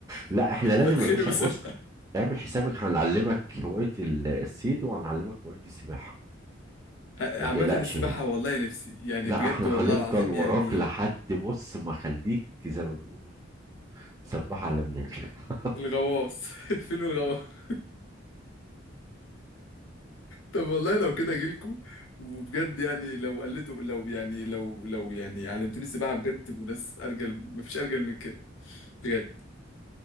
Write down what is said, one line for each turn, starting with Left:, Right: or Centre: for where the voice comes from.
Right: لا احنا لازم
Left: بتخني
Right: يا باشا
Left: <laughs> بسرعه
Right: بص اعمل حسابك هنعلمك هواية ال- الصيد وهنعلمك هواية السباحة
Left: عامه
Right: ما تقلقش
Left: السباحه والله نفسي يعني
Right: لا
Left: بجد
Right: احنا
Left: والله
Right: هنفضل
Left: العظيم
Right: وراك
Left: يعني
Right: لحد بص ما خليك زي ما بيقولوا سباح على مناك <laughs>
Left: الغواص <laughs> فيلم الغواص <laughs> طب والله لو كده اجيلكوا وبجد يعني لو قلتوا لو يعني لو لو يعني علمتوني السباحه بجد تبقوا ناس ارجل مفيش ارجل من كده بجد